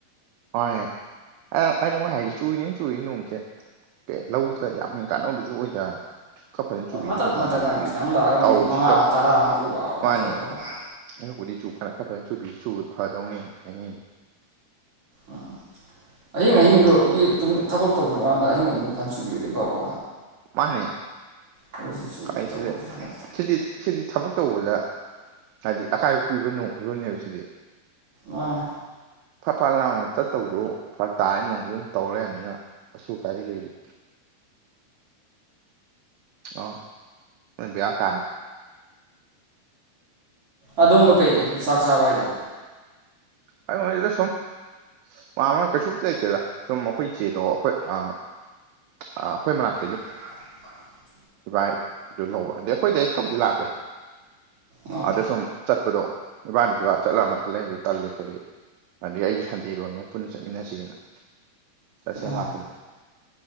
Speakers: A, on the right; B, on the right.
A: ꯍ ꯑꯩꯅ ꯃ ꯍꯥꯏꯁꯦ ꯆꯨꯔꯤꯅꯦ ꯆꯨꯔꯤꯅꯤ ꯅꯣꯡꯁꯦ ꯑꯦ ꯂꯧꯗꯨꯗ ꯌꯥꯝ ꯍ ꯀꯥꯟꯅꯕꯁꯨ ꯑꯣꯏꯗꯅ ꯈ ꯐꯖꯅ ꯆꯨꯕꯤꯁꯦ
B: ꯃꯇꯠ
A: ꯐꯗꯧꯅꯦ
B: ꯃꯇꯠꯅ
A: ꯊꯤ
B: ꯈꯤꯇꯪ ꯂꯥꯛꯑꯒ ꯃꯤꯅꯤꯠ
A: ꯑꯧ
B: ꯃꯉꯥ
A: ꯁꯤ ꯇꯧ
B: ꯑꯃ ꯇꯔꯥ ꯑꯃ ꯎ ꯋꯥ ꯋꯥ
A: ꯃꯥꯅꯤ
B: ꯇꯧꯔꯝꯃꯒ
A: ꯑꯕꯨꯨꯗꯤ ꯆꯨ ꯈꯅ ꯈꯔ ꯐꯅ ꯆꯨꯕꯤꯁꯨꯨ ꯐꯗꯧꯅꯦꯅ ꯍꯥꯏꯅꯩꯌꯦ
B: ꯑꯥ ꯑꯍꯤꯡ ꯑꯍꯤꯡꯗꯨ ꯃꯤ ꯊꯨꯝ ꯊꯕꯛ ꯇꯧꯗꯔꯀꯥꯟꯗ ꯑꯍꯤꯡ ꯑꯍꯤꯡꯗꯨ ꯇꯪ ꯁꯨꯕꯤꯔꯗꯤ ꯐꯕ
A: ꯃꯥꯅꯦ
B: ꯑꯗꯨꯁꯨ ꯆꯨꯗꯦ
A: ꯀꯥꯏ
B: ꯇꯧꯔꯤꯁꯦ
A: ꯁꯤꯗꯤ
B: ꯍꯟꯗꯛꯇꯤ
A: ꯁꯤꯗꯤ ꯁꯤꯗꯤ ꯊꯕꯛ ꯇꯧꯕꯗ ꯍꯥꯏꯗꯤ ꯑꯀꯥꯏꯕ ꯄꯤꯕ ꯅꯣꯡ ꯈꯨꯆꯨꯅꯦꯕ ꯁꯤꯗꯤ
B: ꯑꯥ
A: ꯐꯠ ꯐ ꯂꯥꯡꯉꫭ ꯆꯠꯇꯧꯖꯨ ꯐꯔꯛ ꯇꯥꯔꯦ ꯅꯣꯡꯖꯤꯅ ꯇꯧꯔꯕꯅꯤꯅ ꯑꯊꯨ ꯑꯀꯥꯏꯒꯤ ꯀꯩꯁꯨ ꯑꯣ ꯑꯗꯨꯅ ꯕꯦꯔꯥꯀꯥ
B: ꯑꯗꫭꯝꯗ ꯀꯩꯂꯩꯒꯦ ꯆꯥꯛ ꯆꯥꯕ ꯍꯥꯏꯖꯦ
A: ꯍꯥꯏꯕꯩ ꯋꯥꯅꯤꯗ ꯁꯨꯝ ꯄꯥꯝꯃ ꯀꯩꯁꯨꯝꯇꯤ ꯂꯩꯇꯦꯗ ꯁꯨꯝ ꯑꯩꯈꯣꯏ ꯆꯦꯗꯣ ꯑꯩꯈꯣꯏ ꯑ ꯑꯩꯈꯣꯏ ꯃꯅꯥ
B: ꯑꯈꫭꯏ ꯃꯅꯥꯛꯇ ꯌꯨꯝ ꯄꯥꯟꯕ
A: ꯏꯕꯥꯏ ꯑꯗꯨ ꯂꯧꯕ ꯑꯗꯩ ꯑꯩꯈꯣꯏꯗꯩ ꯈꯔꯕꯨꯗꯤ ꯂꯥꯞꯄꯦ
B: ꯑꯣ
A: ꯑꯗ ꯁꯨꯝ ꯆꯠꯄꯗꯣ ꯏꯕꯥꯅꯤꯁꯨ ꯑ ꯆꯠꯂ ꯃꯊꯜ ꯂꯩꯕꯗꯨ ꯇꯜꯂꯤ ꯈꯣꯠꯂꯤ ꯑꯗꯩ ꯑꯩꯖꯨ ꯁꯟꯗꯦꯒꯨꯝꯕꯗ ꯄꯨꯟꯅ ꯆꯠꯃꯤꯟꯅꯁꯦꯅ ꯆꯠꯁꯦ
B: ꯑꯣ
A: ꯂꯥꯛꯄꯅꯤꯗ